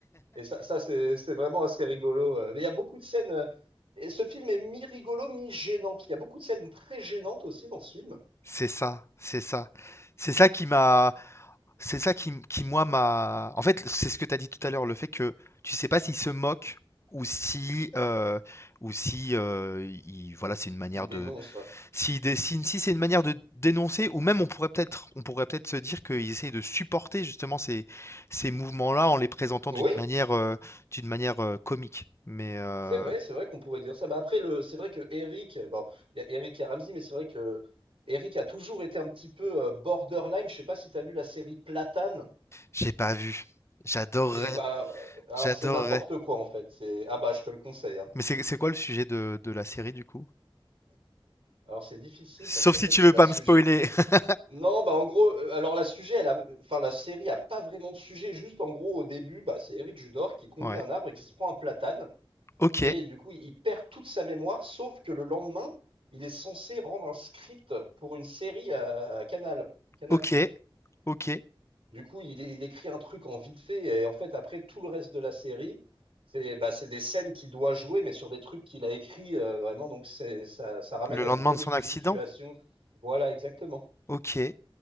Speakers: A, on the right; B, on the left.
A: Et ça, ça c'est c'est vraiment assez rigolo. euh. Mais il y a beaucoup de scènes. euh, Et ce film est mi-rigolo, mi-gênant. Il y a beaucoup de scènes très gênantes aussi dans ce film,
B: C'est ça, c'est ça. C'est ça qui m'a, c'est ça qui, m- qui moi m'a. En fait, c'est ce que tu as dit tout à l'heure, le fait que tu sais pas s'il se moque ou si, euh, ou si, euh, il, voilà, c'est une manière
A: s'il dénonce.
B: de,
A: ouais.
B: s'il dessine, si c'est une manière de dénoncer, ou même on pourrait peut-être, on pourrait peut-être se dire qu'ils essayent de supporter justement ces, ces mouvements-là en les présentant
A: Oui,
B: d'une manière, euh, d'une manière euh, comique. Mais euh,
A: c'est vrai, c'est vrai qu'on pourrait dire ça. Bah après, le, c'est vrai que Eric, bon, il y a Eric et Ramsey, mais c'est vrai que Eric a toujours été un petit peu euh, borderline. Je sais pas si tu as vu la série Platane.
B: j'ai pas vu. J'adorerais,
A: C'est bah euh, alors
B: j'adorerais.
A: c'est n'importe quoi en fait. C'est ah bah je te le conseille hein.
B: Mais c'est c'est quoi le sujet de, de la série du coup?
A: Alors c'est difficile
B: Sauf
A: parce qu'en
B: si
A: fait
B: tu veux
A: la
B: pas
A: sujet
B: me spoiler. <laughs>
A: non bah en gros euh, alors la sujet elle a enfin la série a pas vraiment de sujet juste en gros au début bah c'est Eric Judor qui conduit
B: Ouais.
A: un arbre et qui se prend un platane
B: Ok,
A: et du coup il perd toute sa mémoire sauf que le lendemain il est censé rendre un script pour une série à Canal Canal+.
B: ok, ok.
A: Du coup, il é il écrit un truc en vite fait et en fait, après, tout le reste de la série, c'est, bah, c'est des scènes qu'il doit jouer, mais sur des trucs qu'il a écrits, heu, vraiment, donc c'est ça ça ramène
B: Le
A: à
B: lendemain
A: du comique
B: de son
A: de
B: accident.
A: situation. Voilà, exactement
B: Ok. Et